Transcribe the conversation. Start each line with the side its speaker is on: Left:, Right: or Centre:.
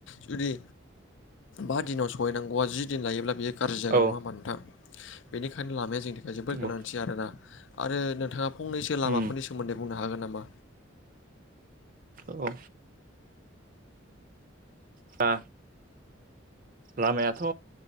Left: जुदि बा दिनाव सहैनांगौआ जि दिन लायोब्ला बेयो गाज्रि जागोन
Right: औ
Left: नङा होमबा नोंथां? बेनिखायनो लामाया जोंनि थाखाय जोबोर
Right: नंगौ
Left: गोनांथि आरोना आरो नोंथाङा फंनैसो लामाफोरनि
Right: उम
Left: सो सोमोन्दै बुंनो हागोन नामा?
Right: औ दा लामायाथ'